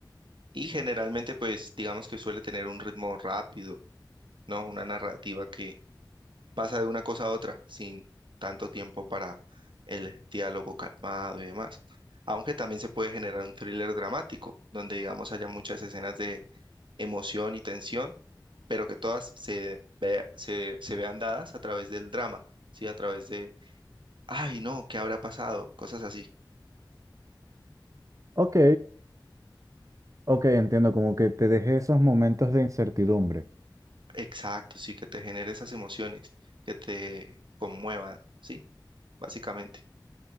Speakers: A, on the right; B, on the right.
A: Y generalmente, pues, digamos que suele tener un ritmo rápido, ¿no? Una narrativa que pasa de una cosa a otra sin tanto tiempo para el diálogo calmado y demás. Aunque también se puede generar un thriller dramático, donde digamos haya muchas escenas de emoción y tensión, pero que todas se, ve- se, se vean dadas a través del drama, ¿sí? A través de, ay, no, ¿qué habrá pasado? Cosas así.
B: Ok, ok, entiendo, como que te dejé esos momentos de incertidumbre.
A: Exacto, sí, que te genere esas emociones, que te conmuevan, ¿sí? Básicamente,